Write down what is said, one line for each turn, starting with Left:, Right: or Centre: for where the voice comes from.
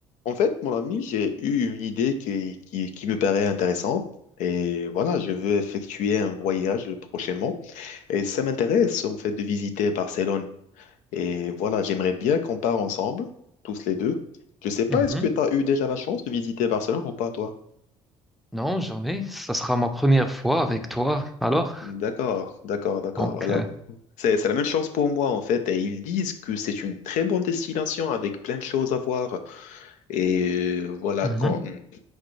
Left: En fait, mon ami, j'ai eu une idée qui, qui, qui me paraît intéressante. Et voilà, je veux effectuer un voyage prochainement. Et ça m'intéresse, en fait, de visiter Barcelone. Et voilà, j'aimerais bien qu'on part ensemble, tous les deux. Je sais pas,
Centre: Mhm.
Left: est-ce que tu as eu déjà la chance de visiter Barcelone ou pas, toi?
Centre: Non, jamais. Ça sera ma première fois avec toi. Alors,
Left: D'accord, d'accord, d'accord.
Centre: donc,
Left: Alors,
Centre: euh,
Left: c'est, c'est la même chose pour moi, en fait. Et ils disent que c'est une très bonne destination avec plein de choses à voir. Et euh, voilà,
Centre: mhm.
Left: quand euh,